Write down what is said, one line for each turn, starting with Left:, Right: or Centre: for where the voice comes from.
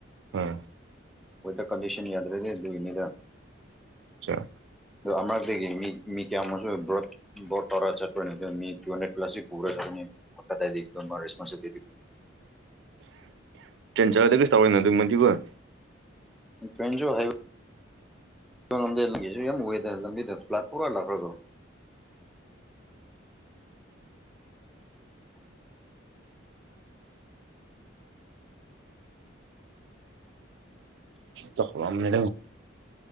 Right: ꯑꯥ
Centre: ꯋꯦꯗꯔ ꯀꯟꯗꯤꯁꯟ ꯌꯥꯗ꯭ꯔꯗꯤ ꯑꯗꯨꯅꯤꯗ
Right: ꯆꯂꯣ
Centre: ꯑꯣ ꯑꯃꯛꯇꯒꯤ ꯃꯤ ꯀꯌꯥꯃꯨ ꯕ꯭ꯔꯣꯠ ꯕꯣꯠ ꯇꯧꯔ ꯆꯠꯄꯅꯤ ꯑꯗꯨꯣ ꯃꯤ ꯇꯨ ꯍꯟꯗ꯭ꯔꯦꯠ ꯄ꯭ꯂꯁꯁꯤ ꯄꯨꯔꯒ ꯆꯠꯀꯅꯤ ꯀꯗꯥꯗꯤ ꯔꯦꯁꯣꯟꯕ
Right: ꯖꯔꯒꯗ ꯀꯩꯁꯨ ꯇꯧꯔꯦꯅ ꯑꯗꯨꯝ ꯃꯗꯤꯕꯨꯨꯔ
Centre: ꯇ꯭ꯔꯦꯟꯁꯨ ꯍꯥꯏꯕ ꯆ ꯉꯝꯗꯦ ꯂꯝꯒꯤꯁꯨ ꯌꯥꯝ ꯎꯏꯦꯗꯅ ꯂꯝꯕꯤꯗ ꯐ꯭ꯂꯥꯠ ꯄꯨꯔꯥꯂꯥꯛꯈ꯭ꯔꯕꯣ ꯎ
Right: ꯆꯈꯗ